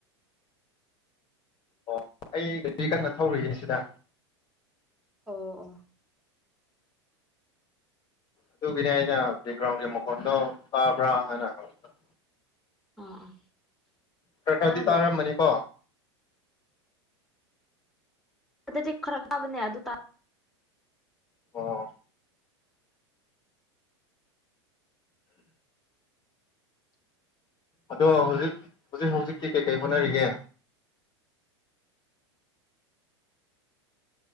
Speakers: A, on the left (about 30°); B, in the centre.
A: ꯑꯣ ꯑꯩ ꯒꯥꯔꯤ ꯀꯟꯅ ꯊꯧꯔꯤꯌꯦ ꯑꯁꯤꯗ꯫
B: ꯑꯣ ꯑꯣ
A: ꯑꯗꯨꯒꯤꯅꯦ ꯑꯩꯅ ꯕꯦꯛꯒ꯭ꯔꯥꯎꯟꯒꯤ ꯃꯈꯣꯟꯗꯣ ꯇꯥꯕ꯭ꯔꯥ ꯍꯥꯏꯅ ꯍꯪꯕꯗꫭ꯫
B: ꯑꯥ ꯑꯥ
A: ꯈꯔ ꯈꯔꯗꯤ
B: ꯇꯥꯗꯦ
A: ꯇꯥꯔꯝꯑꯅꯤꯀꯣ꯫
B: ꯑꯗꯨꯗꯤ ꯈꯔ ꯀꯥꯕꯅꯦ ꯑꯗꯨ ꯇꯥ
A: ꯑꫭ ꯑꯗꯣ ꯍꯧꯖꯤꯛ-ꯍꯧꯖꯤꯛ ꯍꯧꯖꯤꯛꯇꯤ ꯀꯩꯀꯩ ꯍꯣꯠꯅꯔꯤꯒꯦ꯫